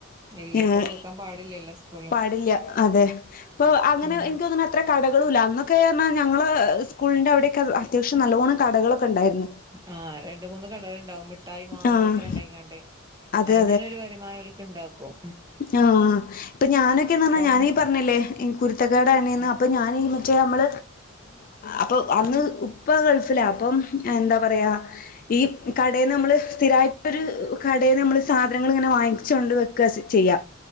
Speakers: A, on the right; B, on the left.
A: ഇല്ല
B: ഏഹ്
A: ഇപ്പൊ കൊടുക്കാൻ പാടില്ലല്ലോ സ്കൂളില്
B: പാടില്ല അതെ ഇപ്പൊ അങ്ങനെ
A: ഉം
B: ഇനിക്കോന്ന്ണ് അത്ര കടകളും ഇല്ല അന്നൊക്കെ പറഞ്ഞാൽ ഞങ്ങള് സ്കൂളിന്റെ അവിടെക്ക അത്യാശ്യം നല്ലോണ്ണം കടകളൊക്കെ ഉണ്ടായിരുന്നു
A: ആ രണ്ട് മൂന്ന് കടകൾ ഉണ്ടാവും മിഠായി മാത്രം
B: ആഹ്
A: ഇണ്ടായികാണ്ട്
B: അതെ
A: അയിന്നെനെ ഒരു വരു മാനം ഓൽക്ക്ണ്ടാക്കും
B: ആഹ ഇപ്പൊ ഞാനൊക്കെന്ന് പറഞ്ഞാ
A: കാരണം
B: ഞാനീ പറഞ്ഞില്ലേ കുരുത്തക്കേടാണ്ന്ന്
A: ഉം
B: അപ്പോൾ ഞാൻ ഈ മറ്റേ നമ്മൾ അപ്പ അന്ന് ഇപ്പ ഗൾഫിലാ അപ്പം എന്താ പറയാ ഈ കടേന്ന് നമ്മൾ സ്ഥിരമായിട്ടൊരു കടേന്ന് നമ്മൾ സാധനങ്ങൾ ഇങ്ങനെ വാങ്ങിച്ചുകൊണ്ട് വയ്ക്കാ ചെ ചെയ്യാ